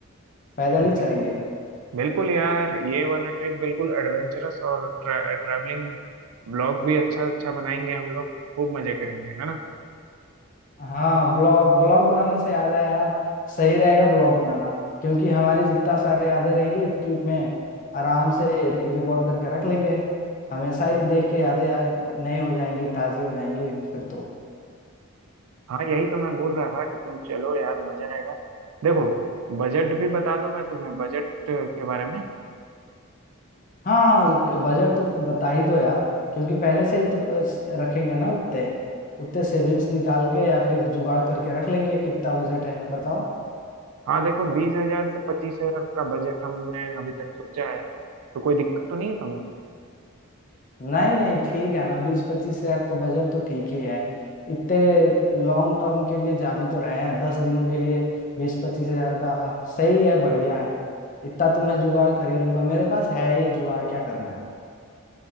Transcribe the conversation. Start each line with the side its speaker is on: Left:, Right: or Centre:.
Left: पैदल
Right: क्या
Left: ही चलेंगे
Right: बिल्कुल यार ये वाला ट्रिप बिल्कुल एडवेंचरस और ट्रा, ट्रैवलिंग ब्लॉग भी अच्छा अच्छा बनाएंगे हम लोग खूब मजे करेंगे है ना
Left: हाँ ब्लॉग ब्लॉग बनाने से याद है यार सही रहेगा ब्लॉग बनाना क्योंकि हमारी जितना सारे यादें रहेंगी ट्रिप में आराम से रिकॉर्ड करके रख लेंगे हमेशा ही देख के यादें यार नए हो जाएंगी ताजी हो जाएंगी फिर तो
Right: हाँ यही तो मैं बोल रहा था कि तुम चलो यार मजा आएगा देखो बजट भी बता दूं मैं तुम्हें बजट के बारे में
Left: हाँ बजट तो बता ही दो यार क्योंकि पहले से ही तो प- रखेंगे ना उतने उतने सेविंग्स निकाल के या फिर जुगाड़ करके रख लेंगे कितना बजट है बताओ
Right: हाँ देखो बीस हजार से पच्चीस हजार का बजट हमने अभी तक सोचा है तो कोई दिक्कत तो नहीं है तुम्हें
Left: नहीं नहीं ठीक है ना बीस पच्चीस हजार का बजट तो ठीक ही है इतने लॉन्ग टर्म के लिए जा भी तो रहे हैं दस दिनों के लिए बीस पच्चीस हजार का सही है बढ़िया है इतना तो मैं जुगाड़ कर ही लूंगा मेरे पास है ये जुगाड़ क्या करना है